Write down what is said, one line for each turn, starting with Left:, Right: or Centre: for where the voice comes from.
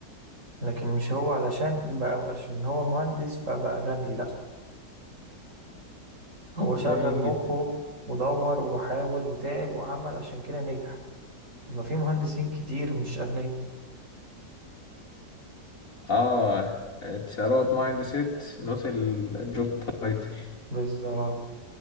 Right: لكن مش هو علشان بقى عشان هو مهندس فبقى غني لا هو
Left: جميل
Right: شغل مخه
Left: جدا
Right: ودور وحاول وتعب وعمل عشان كده نجح طب ما في مهندسين كتير مش أغنياء
Left: اه it's about mindset not ال- الجوب تايتل
Right: بالظبط